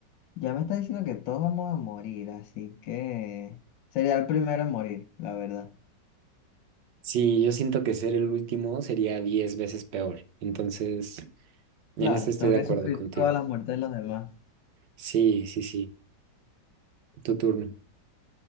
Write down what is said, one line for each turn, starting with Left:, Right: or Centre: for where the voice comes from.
Left: ya me está diciendo que todos vamos a morir, así que sería el primero en morir, la verdad.
Right: Sí, yo siento que ser el último sería 10 veces peor. Entonces, en
Left: Claro,
Right: esto estoy
Left: tengo
Right: de
Left: que
Right: acuerdo
Left: sufrir
Right: contigo.
Left: todas las muertes de los demás.
Right: Sí, sí, sí. Tu turno.